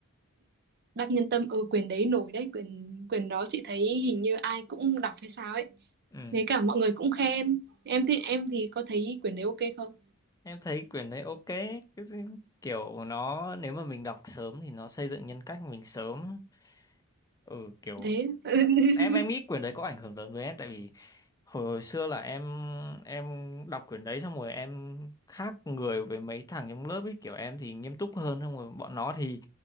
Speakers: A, on the right (about 50°); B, on the left (about 15°).
A: đắc nhân tâm ừ quyển đấy nổi đấy quyển quyển đó chị thấy hình như ai cũng đọc hay sao ấy
B: ừ.
A: với cả mọi người cũng khen em thì em thì có thấy quyển đấy ok không
B: em thấy quyển đấy ok Cái gì- kiểu nó nếu mà mình đọc sớm thì nó xây dựng nhân cách mình sớm ừ kiểu
A: thế <laughs>
B: em em nghĩ quyển đấy có ảnh hưởng lớn với em tại vì hồi, hồi xưa là em em đọc quyển đấy xong rồi em khác người với mấy thằng trong lớp ấy kiểu em thì nghiêm túc hơn xong rồi bọn nó thì